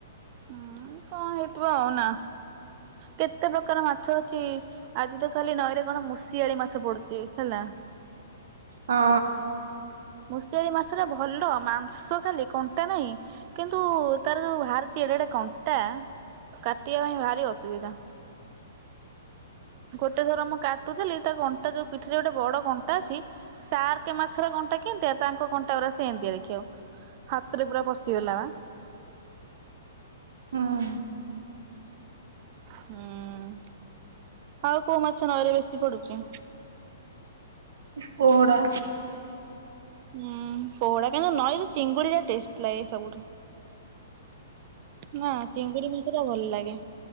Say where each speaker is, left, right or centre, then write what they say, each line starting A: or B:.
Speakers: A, on the right; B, on the right.
A: ହଁ କଣ ହେଇଥିବ ଆଉ ନା କେତେ ପ୍ରକାର ମାଛ ଅଛି। ଆଜି ତ ଖାଲି ନଈରେ କଣ ମୂଷିଆଳି ମାଛ ପଡିଚି ହେଲା।
B: ହଁ।
A: ମୂଷିଆଳି ମାଛ ଟା ଭଲ ମାଂସ ଖାଲି କଣ୍ଟା ନାହିଁ। କିନ୍ତୁ ତାର ଯୋଉ ବାହାରିଛି ଏଡେ ଏଡେ କଣ୍ଟା କାଟିବା ପାଇଁ ଭାରି ଅସୁବିଧା। ଗୋଟେ ଥର ମୁଁ କାଟୁଥିଲି, ତା କଣ୍ଟା ଯୋଉ ପିଠିରେ ଗୋଟେ ବଡ କଣ୍ଟା ଅଛି। ଶାର୍କ ମାଛର କଣ୍ଟା କେମିତିଆ ତାଙ୍କ କଣ୍ଟା ଗୁରା ସେମିତିଆ ଦେଖିବାକୁ। ହାତରେ ପୁରା ପଶିଗଲା ବା।
B: ହୁଁ।
A: ହୁଁ ଆଉ କୋଉ ମାଛ ନଈରେ ବେଶୀ ପଡୁଚି।
B: ପୋହଡ଼ା।
A: ହୁଁ ପୋହଡା କିନ୍ତୁ ନଈରେ ଚିଙ୍ଗୁଡ଼ି ଟା ଟେଷ୍ଟ ଲାଗେ ସବୁଠୁ। ନା ଚିଙ୍ଗୁଡି ମାଛଟା ଭଲ ଲାଗେ